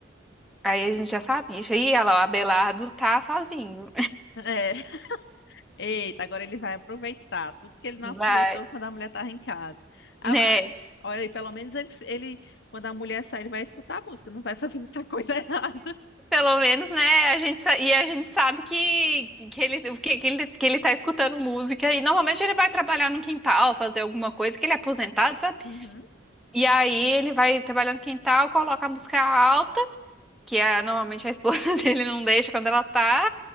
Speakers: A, in the centre; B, on the left.
A: Aí
B: Aí
A: a
B: ele.
A: gente já sabia. Ih, olha lá, o Abelardo tá sozinho.
B: É. Eita, agora ele vai aproveitar tudo que ele não aproveitou
A: Vai.
B: quando a mulher estava em casa. Ah,
A: Né?
B: ah, olha aí, pelo menos ele, ele, quando a mulher sair, ele vai escutar a música, não vai fazer muita coisa <laughs> errada.
A: Pelo menos, né? A gente, sa- e a gente sabe que, que, ele, que, que, ele, que ele tá escutando música. E normalmente ele vai trabalhar no quintal, fazer alguma coisa, que ele é aposentado, sabe?
B: Uhum.
A: E aí ele vai trabalhar no quintal, coloca a música alta, que é, normalmente a esposa <laughs> dele não deixa quando ela tá,